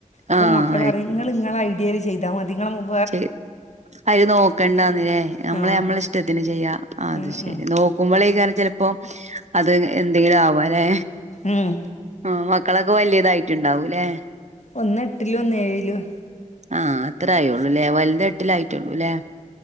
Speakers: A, on the left; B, on the right.
A: അപ്പം
B: ആഹ്
A: മക്കളറിയും ഇങ്ങള് ഇങ്ങളെ ഐഡിയേൽ ചെയ്താ മതി ഇങ്ങളെ <unintelligible>
B: ച്ചെഹ് അയില് നോക്കണ്ടാന്നില്ലേ നമ്മളെ
A: ആ
B: നമ്മള് ഇഷ്ടത്തിന് ചെയ്യാം അത്
A: ഉം
B: ശരി
A: ഉം
B: നോ നോക്കുമ്പളേക്കാരം ചെലപ്പോ അത് എന്തെങ്കിലും ആവ്വാല്ലെ.
A: ഉം.
B: ആഹ് മക്കളൊക്കെ വലിയതായിട്ട് ഇണ്ടാവൂല്ലെ?
A: ഒന്ന് എട്ടിലും ഒന്ന് ഏഴിലും
B: ആഹ് അത്ര ആയുള്ളുല്ലേ വലുത് എട്ടിലായിട്ടുള്ളുല്ലേ